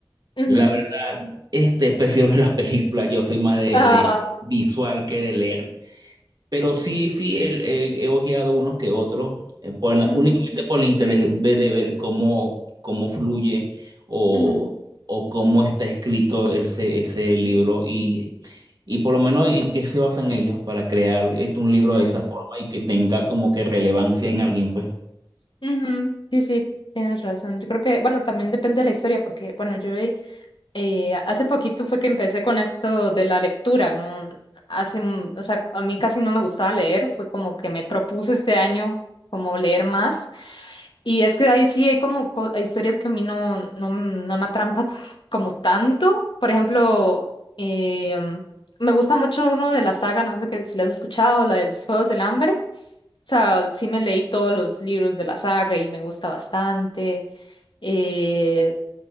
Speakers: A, on the left; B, on the right.
A: ujú.
B: La verdad, este, prefiero ver las películas, yo soy más de,
A: Ah,
B: de visual que de leer. Pero sí, sí, el- eh, he ojeado unos que otros, eh, por la-
A: mm,
B: únicamente por el interés de, de ver cómo, cómo fluye o,
A: ujú,
B: o cómo está escrito ese, ese libro y, y por lo menos en qué se basan ellos para crear este, un libro
A: mm,
B: de esa forma y que tenga como que relevancia en alguien, pues.
A: ujú. Sí, sí. Tienes razón. Yo creo que, bueno, también depende de la historia, porque, bueno, yo he eh, hace poquito fue que empecé con esto de la lectura, ¿no? Hace, m- o sea, a mí casi no me gustaba leer, fue como que me propuse este año como leer más. Y es que ahí sí hay como co- hay historias que a mí no, no, m- no me atrampan <laughs> como tanto. Por ejemplo, em, me gusta mucho uno de la saga, no sé que- si la has escuchado, la de los Juegos del Hambre. O sea, sí me leí todos los libros de la saga y me gusta bastante. Eh,